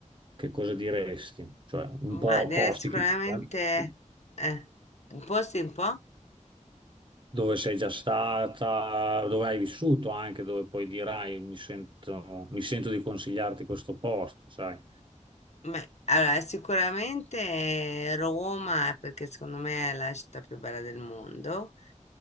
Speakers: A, on the right; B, on the left.
A: che cosa diresti? Cioè, un
B: Ma
A: po'
B: eh,
A: posti
B: sicuramente,
A: che... eh?
B: eh, un posto un po'?
A: dove sei già stata, dove hai vissuto anche, dove poi dirai mi sento, mi sento di consigliarti questo posto, sai?
B: Beh, allora sicuramente Roma, perché secondo me è la città più bella del mondo.